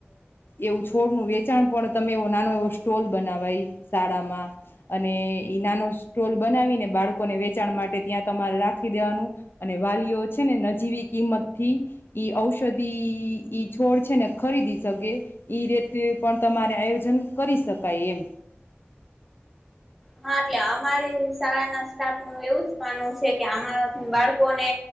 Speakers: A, on the left; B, in the centre.
A: એવું છોડનું વેચાણ પણ તમે એવો નાનો એવો સ્ટોલ બનાવાય શાળામાં અને નાનો સ્ટોલ બનાવીને બાળકોને વેચાણ માટે ત્યાં તમારે રાખી દેવાનું અને વાલીઓ છે ને નજીવી કિંમત થી ઔષધિ ઈ છોડ છે ને ખરીદી શકે એ રીતે પણ તમારે આયોજન કરી શકાય એમ
B: હા એટલે અમારી શાળાના સ્ટાફ નું એવું જ માનવું છે કે અમારા થી બાળકોને